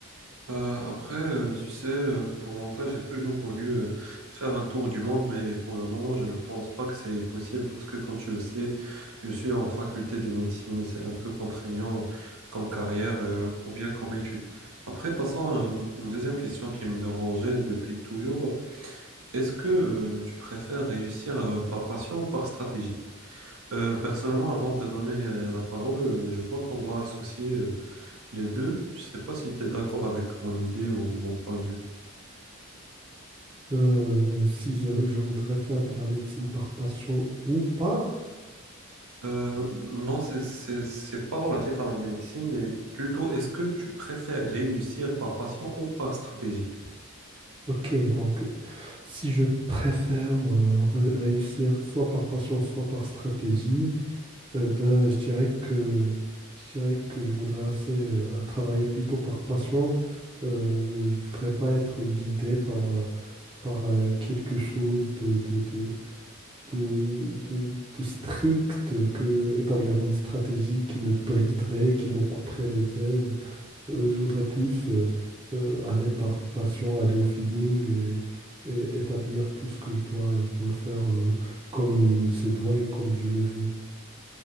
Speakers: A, on the right (about 80°); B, on the right (about 25°).
A: Euh, après, euh, tu sais, euh, pour mon cas, j'ai toujours voulu euh, faire un tour du monde, mais pour le moment, je ne pense pas que c'est possible parce que, comme tu le sais, je suis en faculté de médecine et c'est un peu contraignant comme carrière euh, ou bien comme étude. Après, passons à euh, une deuxième question qui me dérangeait depuis toujours. Est-ce que euh, tu préfères réussir euh, par passion ou par stratégie? Euh, personnellement, avant de te donner euh, la parole, euh, je vois qu'on doit associer euh, les deux, je sais pas si tu es d'accord avec mon idée ou mon point de vue.
B: Euh, si je, je voudrais faire de la médecine par passion ou par...
A: Euh, non, c'est, c'est, c'est pas relatif à la médecine, mais plutôt est-ce que tu préfères réussir par passion ou par stratégie?
B: Ok, donc euh, si je préfère euh, ré- réussir soit par passion, soit par stratégie, euh, ben, je dirais que, je dirais que je voudrais assez euh, travailler plutôt par passion. Euh, je voudrais pas être guidé par, euh, par euh, quelque chose de, de, de, de, de- de strict, que établir une stratégie qui me briderait, qui me couperait les ailes. Euh, je voudrais plus euh, euh, aller par passion, aller au feeling et, et établir tout ce que je dois, je dois faire euh, comme il se doit et comme je le veux.